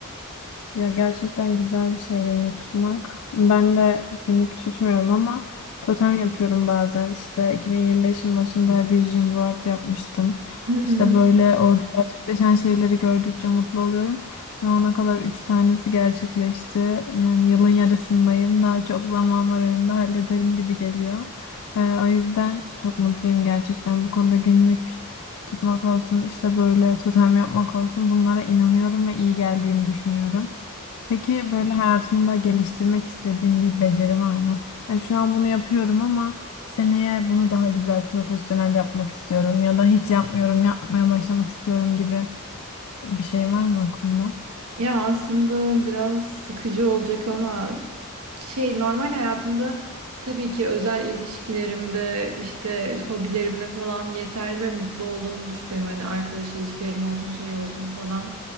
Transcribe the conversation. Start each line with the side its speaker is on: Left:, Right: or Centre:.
Left: Ya gerçekten güzel bir şey günlük tutmak. Ben de günlük tutmuyorum ama totem yapıyorum bazen. İşte 2025'in başında Vision Board yapmıştım.
Right: Hı hı.
Left: İşte böyle orada gerçekleşen şeyleri gördükçe mutlu oluyorum. Şu ana kadar 3 tanesi gerçekleşti. Yani yılın yarısındayım. Daha çok zaman var önümde hallederim gibi geliyor. Ee, o yüzden çok mutluyum gerçekten. Bu konuda günlük tutmak olsun, işte böyle totem yapmak olsun bunlara inanıyorum ve iyi geldiğini düşünüyorum. Peki böyle hayatında geliştirmek istediğin bir beceri var mı? E, şu an bunu yapıyorum ama seneye bunu daha güzel, profesyonel yapmak istiyorum ya da hiç yapmıyorum, yapmaya başlamak istiyorum gibi bir şey var mı aklında?
Right: Ya aslında biraz sıkıcı olacak ama şey normal hayatımda tabii ki özel ilişkilerimde işte hobilerimde falan yeterli ve mutlu olduğumu düşünüyorum. Hani arkadaş ilişkilerim olsun şey olsun falan.